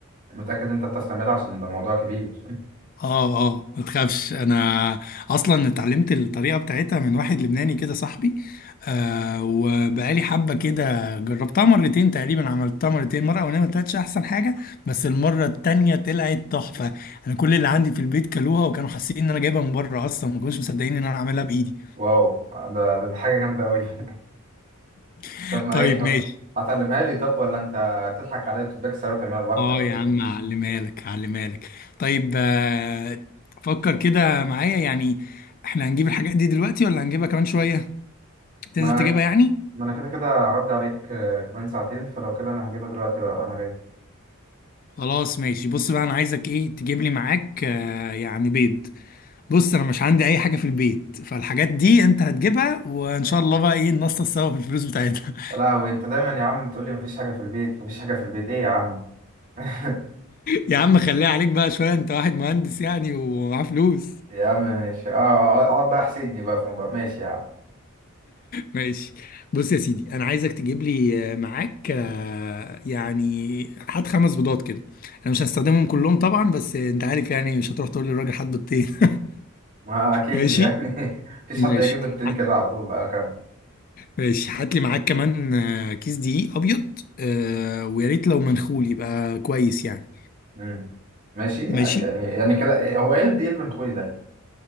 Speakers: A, on the right; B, on the left.
A: متاكد انت بتعرف تعملها عشان ده موضوع كبير <laughs>
B: اه اه ما تخافش انا اصلا اتعلمت الطريقه بتاعتها من واحد لبناني كده صاحبي آه وبقالي حبه كده جربتها مرتين تقريبا عملتها مرتين مره اولانيه ما طلعتش احسن حاجه بس المره التانية طلعت تحفه انا كل اللي عندي في البيت كلوها وكانوا حاسين ان انا جايبها من بره اصلا ما كانوش مصدقين ان انا عاملها بايدي
A: واو ده, ده حاجه جامده قوي <laughs>
B: <laughs>
A: طب ما
B: طيب
A: ايه طب
B: ماشي
A: هتعلمها لي طب ولا انت هتضحك عليا وتباك ساعه وتعملها لوحدك
B: اه
A: ولا
B: يا عم
A: إيه؟
B: هعلمها لك هعلمها لك طيب آه، فكر كده معايا يعني احنا هنجيب الحاجات دي دلوقتي ولا هنجيبها كمان شوية تنزل
A: ما
B: تجيبها يعني
A: ما انا كده كده هعدي عليك آه، كمان ساعتين فلو كده انا هجيبها دلوقتي بقى وانا جاي
B: خلاص ماشي بص بقى انا عايزك ايه تجيب لي معاك آه، يعني بيض بص انا مش عندي اي حاجة في البيت فالحاجات دي انت هتجيبها وان شاء الله بقى ايه ننصص سوا في الفلوس بتاعتها <laughs>
A: لا وانت دايما يا عم تقول لي مفيش حاجه في البيت مفيش حاجه في البيت ايه يا عم <laughs>
B: يا عم خليها عليك بقى شوية انت واحد مهندس يعني ومعاه فلوس
A: يا عم ماشي اه آه، اقعد بقى احسدني بقى في موضوع ماشي يا عم
B: ماشي بص يا سيدي انا عايزك تجيب لي آه، معاك آه، يعني هات خمس بيضات كده انا مش هستخدمهم كلهم طبعا بس آه، انت عارف يعني مش هتروح تقول للراجل هات بيضتين <laughs>
A: ما اكيد
B: ماشي
A: يعني <laughs> مفيش
B: ماشي
A: حد يجيب التين
B: هات
A: كده على طول اه كمل
B: ماشي هات لي معاك كمان آه، كيس دقيق ابيض آه، ويا ريت لو منخول يبقى كويس يعني
A: مم. ماشي يعني
B: ماشي
A: يعني كده إيه- هو ايه الديل من اخوي ده